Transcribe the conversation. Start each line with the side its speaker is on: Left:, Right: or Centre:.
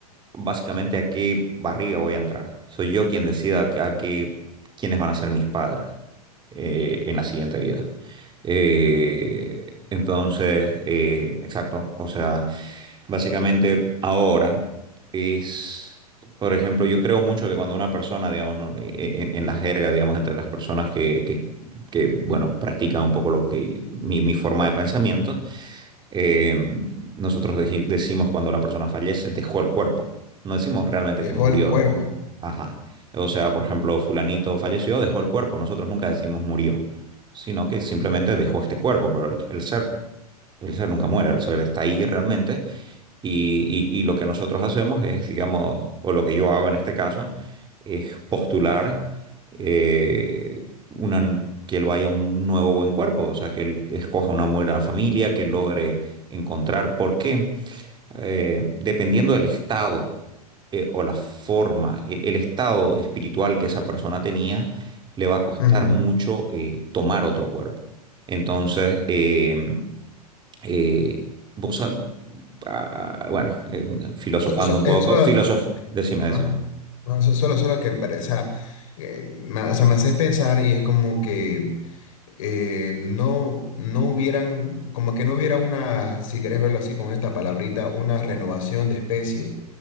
Right: básicamente a qué barriga voy a entrar. Soy yo quien decida a, qué, a qué- quiénes van a ser mis padres eh, en la siguiente vida. Eh, entonces, eh, exacto. O sea, básicamente ahora es, por ejemplo, yo creo mucho que cuando una persona, digamos, ¿no? E- e- en, en la jerga, digamos, entre las personas que, que- que, bueno, practican un poco lo que mi mi forma de pensamiento. Eh, nosotros deji- decimos cuando la persona fallece, dejó el cuerpo. No decimos realmente
Left: Dejó
Right: que murió.
Left: el cuerpo.
Right: Ajá. O sea, por ejemplo, fulanito falleció, dejó el cuerpo. Nosotros nunca decimos murió, sino que simplemente dejó este cuerpo, pero el, el ser, el ser nunca muere, el ser está ahí realmente. Y, y- y lo que nosotros hacemos es, digamos, o lo que yo hago en este caso, es postular eh, una- que él vaya a un nuevo buen cuerpo, o sea, que él escoja una buena familia, que logre encontrar por qué. Eh, dependiendo del estado eh, o la forma, el, el estado espiritual que esa persona tenía, le va a costar
Left: Ujú.
Right: mucho eh, tomar otro cuerpo. Entonces, eh, eh, vos, sab- ah, ah, bueno, eh, filosofando
Left: So- so-
Right: un poco,
Left: es solo-
Right: filosof, decime,
Left: No,
Right: decime.
Left: no, so- solo, solo que pare- o sea, eh, ma- o sea, me haces pensar y es como que eh, no, no hubieran, como que no hubiera una, si querés verlo así con esta palabrita, una renovación de especie,